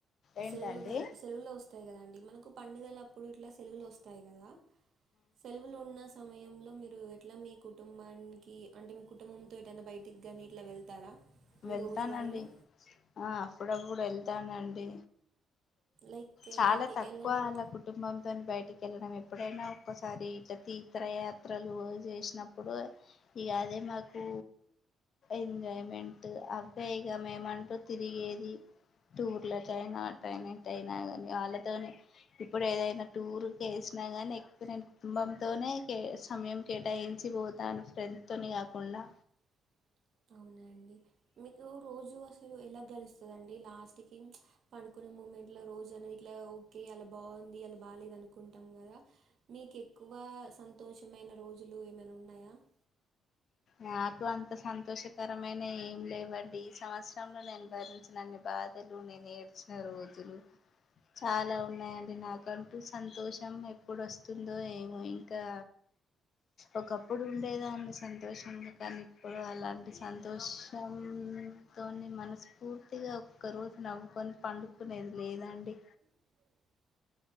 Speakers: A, on the left; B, on the right.
A: ఏంటండి
B: సెలవులు సెలవులు వస్తాయి కదాండి మనకు పండుగల అప్పుడు ఇట్లా సెలవులు వస్తాయి కదా సెలవులు ఉన్న సమయంలో మీరు ఎట్లా మీ కుటుంబానికి అంటే మీ కుటుంబంతో ఏటైనా బయటికి నీ ఇట్లా వెళ్తారా మీ
A: వెళ్తానండి
B: రోజువారీలో
A: ఆ అప్పుడప్పుడు వెళ్తానండి
B: లైక్
A: చాలా
B: ఎలాంటి
A: తక్కువ
B: ఎలాంటివి
A: అలా కుటుంబంతోని బయటికి వెళ్ళడం ఎప్పుడైనా ఒక్కసారి ఇలా తీథ్రయాత్రలు చేసినప్పుడు ఇగదే మాకు ఎంజాయ్మెంట్ ట్ అవ్వె ఇగ మేమంటు తిరిగేది టూర్ల కైన అటైన ఇటైన గని వాళ్ళతోనే ఇప్పుడు ఏదైన టూరు కేస్ అయినా గని ఎక్స్పీరియన్స్ కుటుంబంతోనే సమయం కేటాయించి పోతాను ఫ్రెండ్స్ తొని కాకుండా
B: అ అవునా అండి మీకు రోజు అసలు ఎలా గెలుస్తుందిం డి లాస్ట్ కి పడుకునే మూమెంట్ లో రోజు అనేది ఇట్లా ఓకే ఇయాల బావుంది ఇయాల బాలేద్ అనుకుం టం గదా మీకు ఎక్కువ సంతోషమైన రోజులు ఏమైన ఉన్నయా <inaudible>
A: నాకు అంత సంతోషకరమైనయ్ ఏం లేవండి ఈ సంవత్సరంలో నేను భరించినన్ని బాద్ ధలు నేనేడ్చిన రోజులు చాలా ఉన్నాయండి నాకంటూ సంతోషం ఎప్పుడు ఒస్తుందో ఏమో ఇంకా ఒకప్పుడు ఉండేదాన్ని సంత్ తోషంగా కని ఇప్పుడు అలాంటి సంతోషం తోని మనస్ఫూర్తిగా ఒక్క రోజు నవ్వుకొని పండుకునేది లేదండి
B: <inaudible>